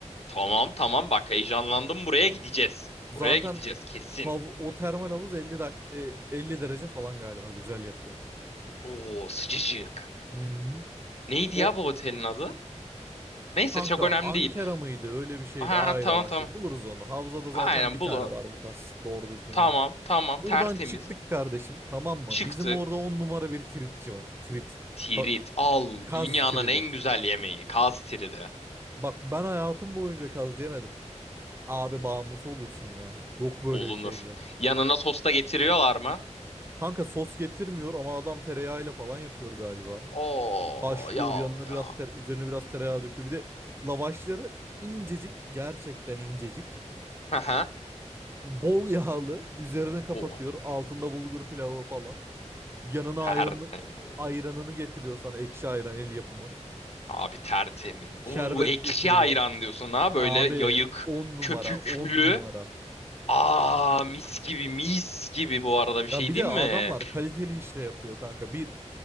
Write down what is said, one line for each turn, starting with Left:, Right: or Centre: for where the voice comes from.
Left: Tamam tamam bak heyecanlandım buraya gideceğiz. Buraya
Right: Zaten
Left: gideceğiz kesin.
Right: hav o termal havuz 50 dak e, 50 derece falan galiba güzel yakıyor.
Left: Oo sıcacık.
Right: Hı-hı.
Left: Neydi
Right: O
Left: ya bu otelin adı? Neyse
Right: kanka
Left: çok önemli
Right: Ankara
Left: değil.
Right: mıydı? Öyle bir şeydi.
Left: Ha
Right: A ile
Left: tamam
Right: başlıyor.
Left: tamam.
Right: Buluruz onu. Havzada zaten
Left: Aynen
Right: bir
Left: bulun.
Right: tane var bu tarz. Doğru düzgün
Left: Tamam
Right: olan.
Left: tamam
Right: Buradan
Left: tertemiz.
Right: çıktık kardeşim tamam mı?
Left: Çıktık.
Right: Bizim orada on numara bir tritçi var. Trit.
Left: Tirit
Right: Ta-
Left: al.
Right: Kaz
Left: Dünyanın
Right: tridi.
Left: en güzel yemeği. Kaz tiridi.
Right: Bak ben hayatım boyunca kaz yemedim. Abi bağımlısı olursun ya. Yok böyle
Left: Olunur.
Right: bir şey ya.
Left: Yanına sosta getiriyorlar mı?
Right: Kanka sos getirmiyor ama adam tereyağıyla falan yapıyor galiba.
Left: Oo
Right: Haşlıyor
Left: yağlı
Right: yanına
Left: ya.
Right: biraz tere- üzerine biraz tereyağı döküyor. Bir de lavaşları incecik gerçekten incecik.
Left: Aha.
Right: Bol yağlı üzerine kapatıyor.
Left: O
Right: Altında bulgur pilavı falan. Yanına
Left: tertemiz.
Right: ayranı, ayranını getiriyor sana ekşi ayran el yapımı.
Left: Abi tertemiz.
Right: Şerbet
Left: Oo ekşi
Right: getiriyor.
Left: ayran diyorsun ha böyle
Right: Abi
Left: yayık,
Right: 10 numara
Left: köpüklü.
Right: 10 numara.
Left: Aa mis gibi mis gibi bu arada bir şey
Right: Ya bir
Left: değil
Right: de adamlar
Left: mi?
Right: kaliteli işte yapıyor kanka. Bir